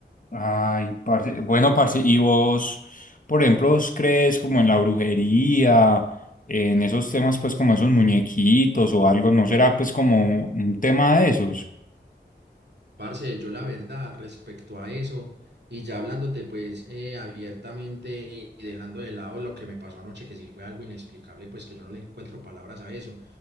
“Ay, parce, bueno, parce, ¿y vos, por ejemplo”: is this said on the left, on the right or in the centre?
Left